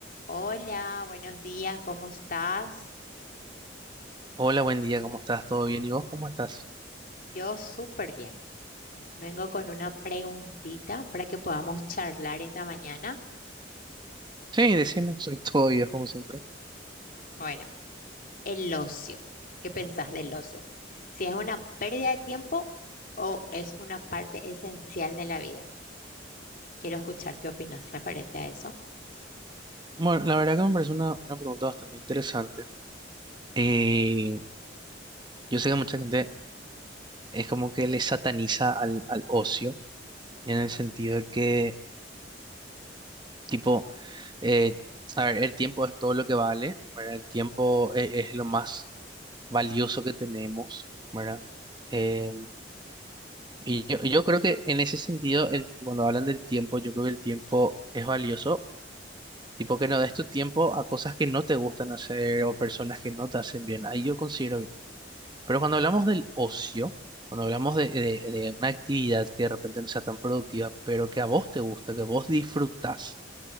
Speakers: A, on the left (about 50°); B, on the right (about 25°).
A: Hola, buenos días, ¿cómo estás?
B: Hola, buen día, ¿cómo estás? ¿Todo bien? ¿Y vos cómo estás?
A: Yo súper bien. Vengo con una preguntita para que podamos charlar esta mañana.
B: Sí, decime, soy todo oídos como siempre.
A: Bueno, el ocio. ¿Qué pensás del ocio? Si es una pérdida de tiempo o es una parte esencial de la vida. Quiero escuchar qué opinas referente a eso.
B: Bueno, la verdad que me parece una, una pregunta bastante interesante. Eh, yo sé que mucha gente es como que le sataniza al, al ocio, en el sentido de que, tipo, eh, a ver, el tiempo es todo lo que vale, ¿verdad? El tiempo e- es, lo más valioso que tenemos, ¿verdad? Eh, y yo, yo creo que en ese sentido, el- cuando hablan del tiempo, yo creo que el tiempo es valioso Tipo que no des tu tiempo a cosas que no te gustan hacer o personas que no te hacen bien. Ahí yo considero bien. Pero cuando hablamos del ocio, cuando hablamos de, de- de una actividad que de repente no sea tan productiva, pero que a vos te gusta, que vos disfrutás,